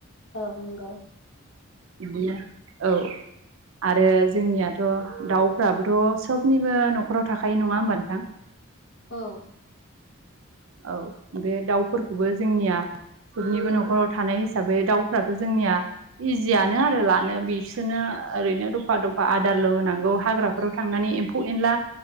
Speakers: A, on the left (about 65°); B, on the right (about 75°).
A: औ नंगौ
B: बिदिनो औ आरो जोंनियाथ दाउफ्राबो ' थ सबनिबो नखराव थाखायो नङा होमबा नोंथां
A: औ
B: औ बे दाउफोरखौबो जोंनिया बयनिबो नखराव थानाय हिसाबै दाउफ्राथ जोंनिया इजियानो आरो लानो बिसोरो ओरैनो दफा दफा आदारल होनांगौ हाग्रा नखराव थांनानै एम्फौ एनला